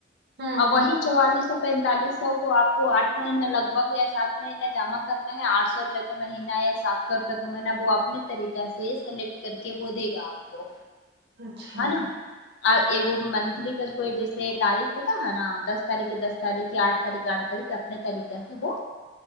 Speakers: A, on the right; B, on the left.
A: ہاں
B: اور
A: ہاں
B: وہی چوالیس سو پینتالیس سو کو آپ کو آھ مہینہ لگ بھگ یا سات مہینہ جمع کرنا ہے آٹھ سو روپے روپہ کا مہینہ یا سات سو روپئے کا مہینہ وہ اپنے طریقہ سے سلیکٹ کر کے وہ دے گا آپ کو
A: اچھا
B: ہے نا اور منتھلی گر کوئی جیسے تاریخ ہوتا ہے نا دس تاریخ کے دس تاریخ آٹھ تاریخ کے آٹھ تاریخ میں طریقہ سے وہ